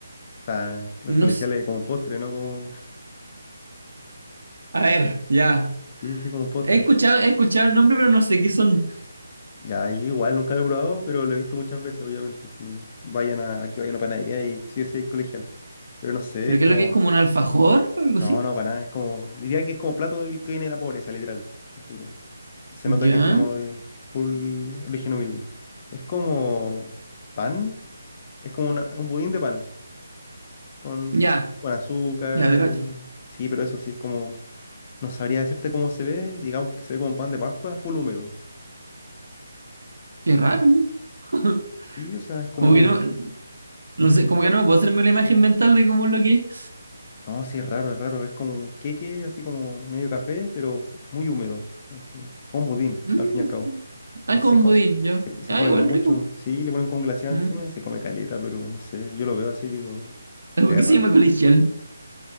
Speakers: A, on the left; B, on the right.
A: O sea, los
B: No
A: colegiales
B: s-
A: como postre, ¿no? Como,
B: a ver, ya,
A: <laughs> sí, sí, como postre.
B: he escuchado, he escuchado el nombre, pero no sé qué son,
A: Ya, yo igual nunca lo he probado, pero lo he visto muchas veces, obviamente. Si vayan a, aquí vayan a panadería y sí o sí hay colegial. Pero no sé,
B: pero
A: es
B: qué
A: como,
B: es lo que es como un alfajor o algo
A: no,
B: así.
A: no, para nada, es como, diría que es como plato de- que viene de la pobreza, literal. Así, se
B: Ya,
A: nota que es como de full origen humilde. Es como pan, es como una- un budín de pan, con,
B: ya,
A: con azúcar
B: ya, de cacho.
A: y, sí, pero eso sí es como No sabría decirte cómo se ve, digamos que se ve como un pan de Pascua, full húmedo.
B: Qué raro, <laughs> ¿no?
A: Y, o sea, es como...
B: como que no, no
A: ¿Mm?
B: sé, como que no me puedo hacerme la imagen mental de cómo es lo que es.
A: No, sí, es raro, es raro. Es como un queque, así como medio café, pero muy húmedo. Así, como un budín,
B: Mm,
A: al fin y al cabo.
B: ah,
A: Y
B: es como
A: se, co-
B: un budín, ya,
A: se- y se
B: ah,
A: come
B: igual
A: mucho.
B: rico.
A: Sí, le ponen con glaseado
B: Mm.
A: encima y se come caleta, pero no sé, yo lo veo así y digo,
B: ¿Por
A: se ve
B: qué
A: raro.
B: se llama colegial?